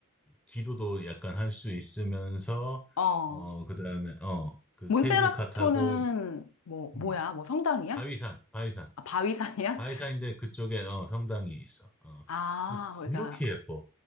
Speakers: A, in the centre; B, on the left.
A: 기도도 약간 할 수 있으면서
B: 어.
A: 어 그다음에 어 그
B: 몬세라토는
A: 케이블카 타고
B: 뭐,
A: 음,
B: 뭐야? 뭐 성당이야?
A: 바위산 바위산
B: 아, 바위산이야?
A: 바위산인데 그쪽에 어 성당이 있어 어
B: 아, 그러니까,
A: 그렇게 예뻐